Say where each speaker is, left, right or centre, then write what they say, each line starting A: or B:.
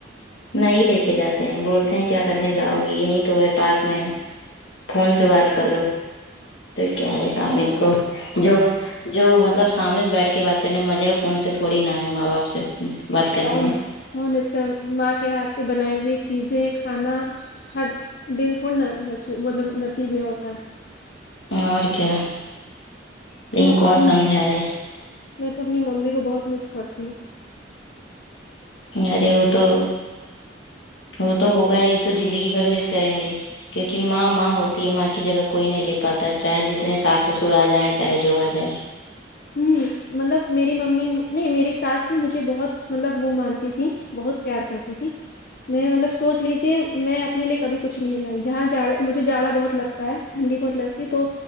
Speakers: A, on the left (about 80°); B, on the left (about 55°).
A: نہیں لے کے جاتے ہیں بولتے ہیں کیا کرنے جاؤ گی یہی تو ہے پاس میں ہے فون سے بات کر لو کیا بتاؤں ان کو جو جو مطلب سامنے سے بیٹھ کے بات کرنے میں مزہ ہے فون سے تھوڑی نہ ہے ماں باپ سے بات کرنے
B: اور
A: میں
B: نے <unintelligible> اس کا ماں کے ہاتھ کے بنائی ہوئی چیزیں کھانا ہر دن تھوڑا نا مطلب نصیب میں ہوتا ہے
A: اور کیا لیکن
B: میں تو
A: کون
B: اپنی
A: سمجھائے
B: میں تو اپنی ممی کو بہت مس کرتی ہوں
A: ارے وہ تو وہ تو ہوگا ہی تو زندگی بھر میںس کریں گے کیونکہ ماں ماں ہوتی ہے ماں کی جگہ کوئی نہیں لے پاتا چاہے جتنے ساس سسر آ جائیں چاہے جو آ جائیں
B: ہمم مطلب میری ممی نہیں میری ساس بھی مجھے بہت مطلب وہ مانتی تھی بہت پیار کرتی تھی میں مطلب سوچ لیجیے پھر میں اپنے لیے کبھی کچھ نہیں لائی جہاں جا مجھے جاڑا بہت لگ تا ٹھنڈی بہت لگتی ہے تو